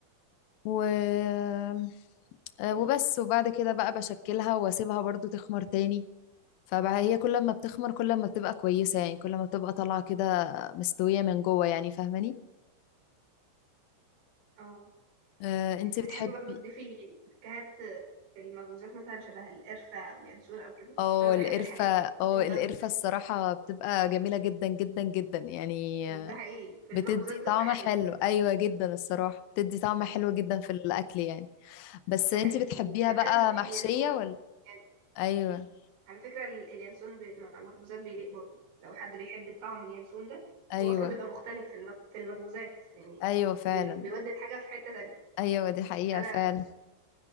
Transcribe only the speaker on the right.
اه
انت بتحبي
برضه تضيفي نكهات في المخبوزات مثلا شبه القرفة او ينسون او كده
اصل انا
بحب الحاجات دي
في المخبوزات
ده حقيقي في المخبوزات
بتبقى
حلوة
ده
حقيقي
وكمان
اليانسون
يعني
على فكرة ال- اليانسون بي... مع المخبوزات بيليق برضه لو حد بيحب الطعم اليانسون ده
هو اصلا بيبقى مختلف في المخ... في المخبوزات يعني
بي... بيودي الحاجة في حتة تانية
انا